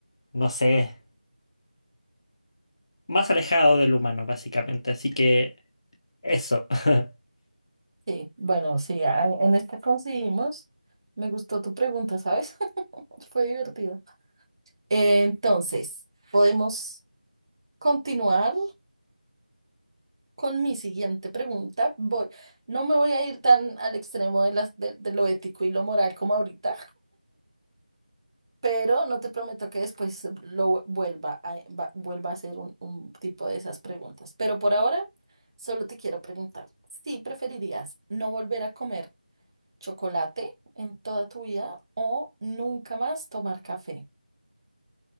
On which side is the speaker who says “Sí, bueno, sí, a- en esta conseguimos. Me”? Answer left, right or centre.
Right